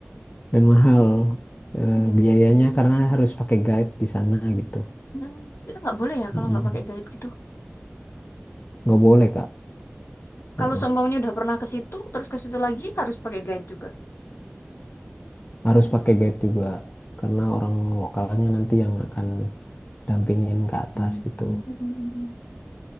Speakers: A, on the left; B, on the left.
A: Dan mahal eh,
B: Iya.
A: biayanya karena harus pakai guide di sana gitu.
B: Hmm, Itu nggak boleh ya
A: Mm.
B: kalau nggak pakai guide gitu.
A: Nggak boleh, Kak. Heeh.
B: Kalau seumpamanya udah pernah ke situ, terus ke situ lagi harus pakai guide juga.
A: harus pakai guide juga karena orang lokalnya nanti yang akan dampingin ke atas gitu.
B: Hmm.